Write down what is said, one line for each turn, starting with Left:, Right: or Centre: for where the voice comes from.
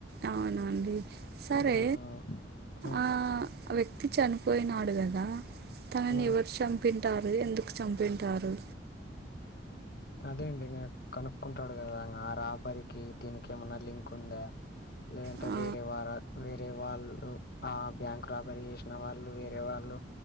Right: అవునాండి సరే
Left: ఉమ్ ఉమ్
Right: ఆ ఆ వ్యక్తి చనిపోయినాడు కదా, తనని
Left: ఉమ్.
Right: ఎవరు చంపుంటారు ఎందుకు చంపుంటారు
Left: అదే అండి ఇంగ కనుక్కుంటాడు కదా, ఆ రాబరికి దీనికి ఏమన్నా లింక్ ఉందా, లేదంటే
Right: ఆ
Left: వేరే వారా వే రే వాళ్ళు ఆ బ్యాంక్ రాబరి చేసిన వాళ్ళు, వేరే వాళ్ళు